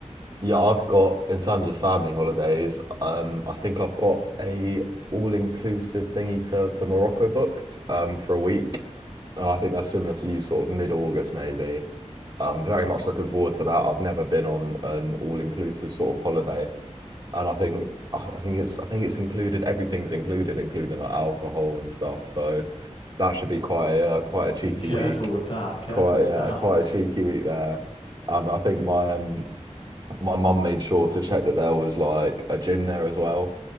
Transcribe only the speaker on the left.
<laughs> Careful
with that. Careful
with
that.